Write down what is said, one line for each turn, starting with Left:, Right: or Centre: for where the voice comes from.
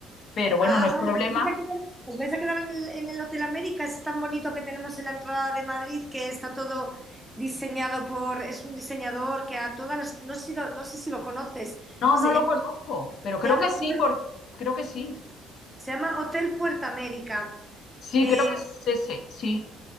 Left: pero bueno,
Centre: Ah,
Left: no es
Centre: vale.
Left: problema.
Centre: ¿Os vais a quedar, os vais a quedar en el, en el Hotel América? Ese tan bonito que tenemos en la entrada de Madrid, que está todo diseñado por, es un diseñador que a todas las, no sé si lo, no sé si lo conoces,
Left: No,
Centre: se
Left: no lo
Centre: llama,
Left: conozco, pero creo
Centre: se llama
Left: que sí,
Centre: Puer-
Left: porque creo que sí.
Centre: se llama Hotel Puerta América.
Left: Sí,
Centre: Eh,
Left: creo que es ese, sí.